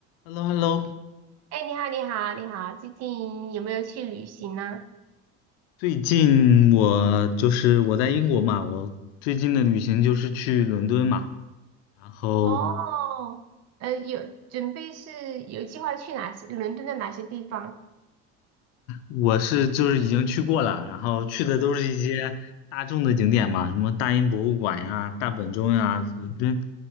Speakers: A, on the left; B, on the right.
A: Hello，Hello，
B: 哎，你好，你好，你好，最近有没有去旅行呢？
A: 最近我就是我在英国嘛，我最近的旅行就是去伦敦嘛，然后
B: 哦，呃，有准备是有计划去哪些伦敦的哪些地方？
A: 我是就是已经去过了，然后去的都是一些大众的景点嘛，什么大英博物馆呀、大本钟呀、伦敦，